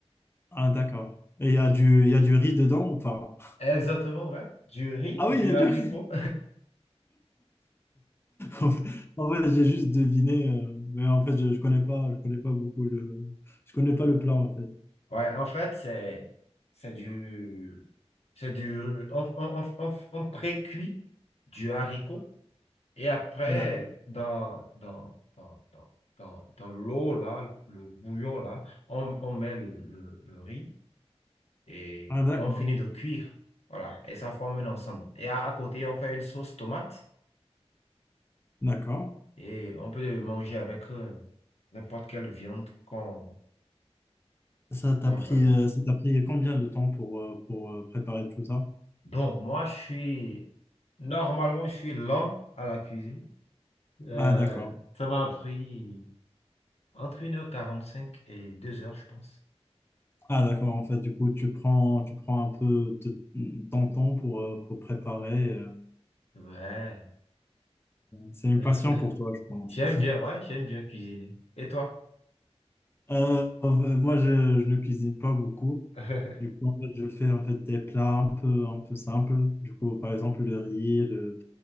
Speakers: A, on the left (about 20°); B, on the left (about 70°).
A: Ah, d'accord. Et il y a du, il y a du riz dedans ou pas?
B: Exactement, ouais. Du riz,
A: Ah
B: du
A: oui, il y a déjà...
B: haricot.
A: <laughs> En fait, en fait, j'ai juste deviné, euh, mais en fait, je, je connais pas, je connais pas beaucoup le, je connais pas le plat en fait.
B: Ouais, en fait, c'est c'est du c'est du on, on, on, on on pré-cuit du haricot et après
A: D'accord.
B: dans dans dans dans, dans, dans l'eau là, le bouillon là, on, on met le, le, le riz et,
A: Ah d'accord,
B: et on finit de cuire. Voilà, et ça forme un ensemble. Et à, à côté, on fait une sauce tomate
A: d'accord.
B: et on peut le manger avec euh, n'importe quelle viande qu'on
A: Ça t'a
B: qu'on
A: pris,
B: veuille.
A: euh, ça t'a pris combien de temps pour euh, pour euh, préparer tout ça?
B: Bon, moi, je suis... Normalement, je suis lent à la cuisine. Euh,
A: Ah d'accord,
B: ça m'a pris entre une heure quarante cinq et deux heures je pense.
A: ah d'accord. En fait, du coup, tu prends, tu prends un peu de- ton temps pour euh, pour préparer. euh.
B: Ouais.
A: C'est une
B: <laughs>
A: passion pour toi, je pense.
B: J'aime
A: <laughs>
B: bien, ouais, j'aime bien cuisiner. Et toi?
A: Euh, moi, je, je ne cuisine pas beaucoup.
B: <laughs>
A: Du coup, en fait, je fais en fait des plats un peu, un peu simples. Du coup, par exemple, le riz, le